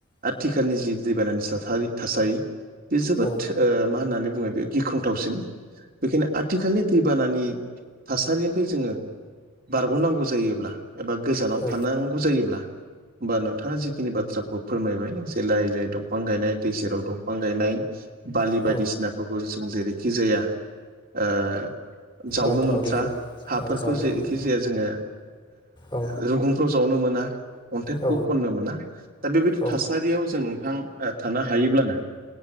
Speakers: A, on the right; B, on the left.
A: आथिखालनि जि दैबानानि थासारि थासारि बे जोबोद
B: औ
A: ओ मा होननानै बुङो बे गिख्रं गोथावसिन बेखायनो आथिखालनि दैबानानि थासारिनिफ्राय जोङो बारग'नांगौ जायोब्ला एबा गोजानाव
B: औ
A: थानांगौ जायोब्ला होमबा नोंथाङा जिखिनि बाथ्राफोरखौ फोरमायबाय जलाइलाय दंफां गायनाय दै सेराव दंफां गायनाय बालि
B: औ
A: बायदिसिनाफोरखौ जों जेरैखि जाया ओ जावनो
B: माथावरि
A: मोनथ्रा
B: होनो
A: हाफोरखौ
B: ओ जावनो
A: जेरैखि
B: मोनो
A: जाया जोङो
B: औ
A: रुगुं फोरखौ जावनो मोना अन्थाइफोरखौ
B: औ
A: खननो मोना दा बेबायदि
B: औ
A: थासारियाव जों नोंथां थानो हायोब्लानो